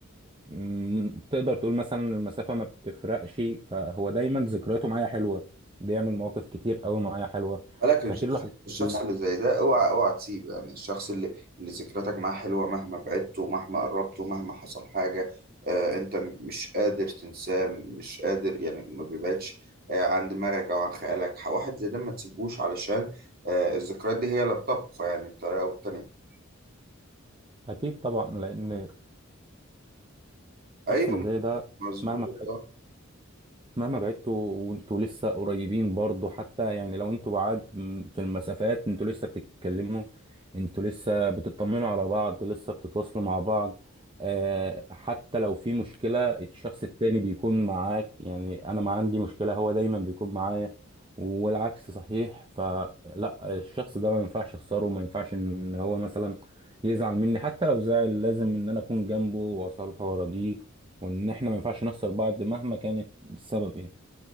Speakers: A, on the right; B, on the right.
A: مم، تقدر تقول مثلا المسافة ما بتفرقش فهو دايما ذكرياته معايا حلوة بيعمل مواقف كتير قوي معايا حلوة
B: بالك
A: فاكر
B: الشخص
A: له حاجات
B: الشخص
A: كتير
B: اللي زي ده اوعى اوعى تسيبه يعني الشخص اللي اللي ذكرياتك معاه حلوه مهما بعدته مهما قربته مهما حصل حاجه آه انت مش قادر تنساه مش قادر يعني ما بيبعدش آه عن دماغك او عن خيالك واحد زي ده ما تسيبهوش علشان آه الذكريات دي هي اللي بتبقى يعني بطريقه او بتانيه
A: أكيد طبعا لأن
B: ايوه
A: الشخص اللي زي ده
B: مظبوط
A: مهما
B: آه،
A: مهما بعدتوا وانتوا لسه قريبين برضو حتى يعني لو انتوا بعاد م- في المسافات انتوا لسه بتتكلموا انتوا لسه بتطمنوا على بعض لسه بتتواصلوا مع بعض آه حتى لو في مشكلة الشخص التاني بيكون معاك يعني انا ما عندي مشكلة هو دايما بيكون معايا والعكس صحيح فلا الشخص ده ما ينفعش اخسره ما ينفعش ان هو مثلا يزعل مني حتى لو زعل لازم ان انا اكون جنبه واصالحه وارضيه وان احنا ما ينفعش نخسر بعض مهما كانت السبب ايه